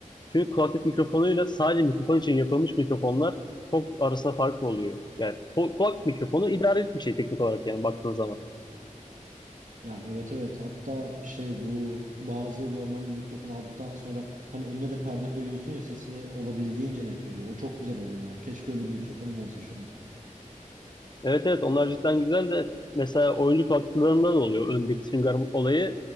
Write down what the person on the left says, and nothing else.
Çünkü kulaklık mikrofonuyla sadece mikrofon için yapılmış mikrofonlar çok arasında fark oluyor. Yani ku- kulak mikrofonu idarelik bir şey teknik olarak yani baktığın zaman.
Evet evet onlar cidden güzel de mesela oyuncu katkılarında oluyor öndeki Sünger Bob olayı